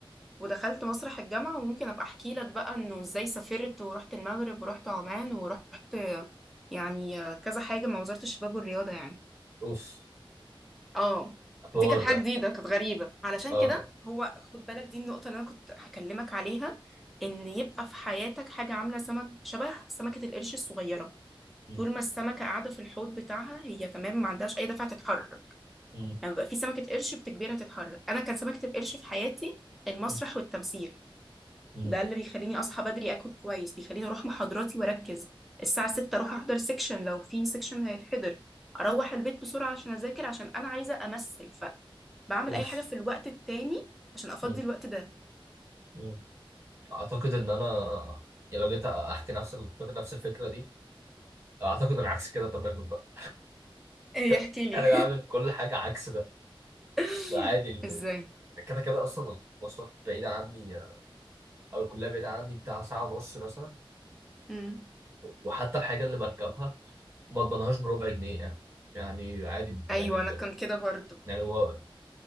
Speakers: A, in the centre; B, on the right.
A: ودخلت مسرح الجامعة وممكن ابقى احكي لك بقى انه ازاي سافرت ورحت المغرب ورحت عمان ورحت آه، يعني آه، كذا حاجة مع وزارة الشباب والرياضة يعني
B: أوف
A: اه
B: الحوار
A: دي كانت حاجة
B: ده
A: جديدة كانت غريبة علشان
B: اه
A: كده هو خد بالك دي النقطة اللي انا كنت هكلمك عليها ان يبقى في حياتك حاجة عاملة سمك شبه سمكة القرش الصغيرة
B: مم.
A: طول ما السمكة قاعدة في الحوض بتاعها هي تمام ما عندهاش أي دفعة تتحرك
B: مم.
A: لما بيبقى في سمكة قرش بتجبرها تتحرك أنا كان سمكة القرش في حياتي المسرح
B: مم.
A: والتمثيل
B: مم.
A: ده اللي بيخليني أصحى بدري أكل كويس بيخليني أروح محاضراتي وأركز الساعة 6 أروح أحضر سيكشن لو في سيكشن هيتحضر أروح البيت بسرعة عشان أذاكر عشان أنا عايزة أمثل فبعمل
B: أوف
A: أي حاجة في الوقت التاني عشان أفضي
B: مم.
A: الوقت ده
B: مم. أعتقد إن أنا يعني لو جيت أحكي نفس الفكرة نفس الفكرة دي أعتقد العكس كده تماما بقى
A: ايه احكي
B: <laughs>
A: لي
B: أنا بعمل كل حاجة عكس ده
A: <laughs>
B: ده عادي ال-
A: ازاي
B: كده كده أصلا المواصلات بعيدة عني او الكليه بعيده عني بتاع ساعه ونص مثلا
A: مم.
B: وحتى الحاجه اللي بركبها ما اضمنهاش بربع جنيه يعني يعني عادي ب-
A: ايوه
B: يعني لو
A: انا كان كده برضو
B: يعني هو